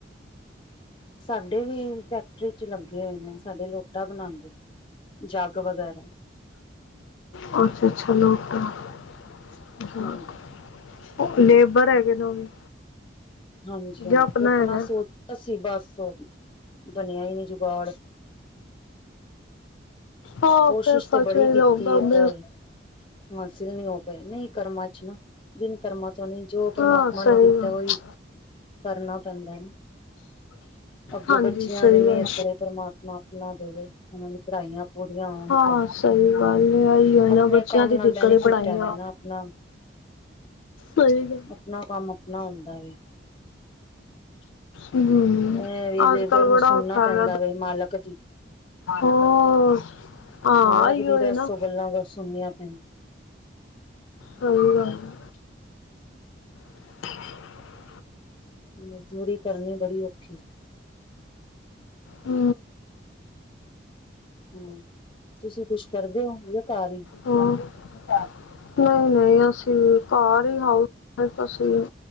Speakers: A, on the left; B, on the left.
A: ਸਾਡੇ ਵੀ ਚ ਚ ਲੱਗੇ ਹੋਏ ਨੇ ਸਾਡੇ ਲੋਟਾ ਬਣਾਉਂਦੇ ਜੱਗ ਵਗੈਰਾ
B: ਉਹਔਥੇਛ ਲੋਕ ਤਾਂਾ
A: ਹਾਂਜੀ
B: ਨੇਬਰ ਹੈਗੇ ਨੇ ਉਹ ਵੀ।
A: ਹਾਂਜੀ-ਹਾਂਜੀ
B: ਜ ਆਪਣਾ ਹੈਗਾ?
A: ਸੋਚਿਆ ਸੀ ਬਸ ਬਣਿਆ ਹੀ ਨੀ ਜੁਗਾੜ
B: ਹਾਂ
A: ਕੋਸ਼ਿਸ਼
B: ਫਿਰ
A: ਤੇ
B: ਸੱਚ
A: ਬੜੀ
B: ਵ
A: ਕੀਤੀ
B: ਜਾਊਂਗਾ
A: ਹੈ
B: ਮ
A: ਪਰ ਹਾਸਿਲ ਨਹੀਂ ਹੋ ਪਏ ਨਹੀਂ ਕਰਮਾਂ ਚ ਨਾ ਬਿਨ ਕਰਮਾਂ ਤੋਂ ਨੀ ਜੋ ਪਰਮਾਤਮਾ
B: ਹਾਂ ਸਹੀ
A: ਨੇ ਦਿੱਤਾ
B: ਗੱਲ
A: ਉਹੀ ਕਰਨਾ ਪੈਂਦਾ ਅੱਗੋਂ
B: ਹਾਂਜੀ
A: ਬੱਚਿਆਂ
B: ਸਹੀ
A: ਦੇ ਮੇਰ
B: ਗੱਲ
A: ਕਰੇ ਪਰਮਾਤਮਾ, ਆਪਣਾ ਦੇਵੇ ਉਹਨਾਂ ਦੀ ਪੜ੍ਹਾਈਆਂ ਪੂਰੀਆਂ ਹੋਣ
B: ਹਾਂ
A: ਤੇ
B: ਸਹੀ ਗੱਲ ਆਹੀ ਆ ਨਾ
A: ਆਪਣੇ
B: ਬੱਚਿਆਂ
A: ਕੰਮ
B: ਦੀ
A: ਨਾਲ
B: ਦਿੱਕਤ
A: ਬੈਨੀਫਿਟ
B: ਪੜ੍ਹਾਈਆਂ
A: ਹੈਗਾ ਨਾ ਆਪਣਾ
B: ਹੋਹੀ ਗ
A: ਆਪਣਾ ਕੰਮ ਆਪਣਾ ਹੁੰਦਾ ਵੇ
B: ਹਮ
A: ਇਹ ਵੀ ਲੇਬਰ
B: ਅੱਜ ਕੱਲ
A: ਨੂੰ
B: ਬੜਾ
A: ਸੁਣਨਾ
B: ਔਖਾ
A: ਪੈਂਦਾ
B: ਹੈਗਾ
A: ਵ ਮਾਲਕ ਦੀ
B: ਹੋਰ ਹਾਂ
A: ਮਾਲਕ
B: ਆਈਓ
A: ਦੀ ਦੱਸੋ
B: ਹੈ ਨਾ
A: ਗੱਲਾਂ ਸੁਣੀਆਂ ਪੈਂਦੀਆਂ
B: ਸਹੀ ਗੱਲ ਏ। <unintelligible>
A: ਮਜ਼ਦੂਰੀ ਕਰਨੀ ਬੜੀ ਔਖੀ।
B: ਹੂੰ
A: ਹੂੰ, ਤੁਸੀ ਕੁੱਛ ਕਰਦੇ ਓ ਯਾ ਘਾੱਰ ਈ।
B: ਹਾ। ਨਈ-ਨਈ ਅਸੀਂ, ਘਰ ਈ ਹਾਊਸ ਅਸੀਂ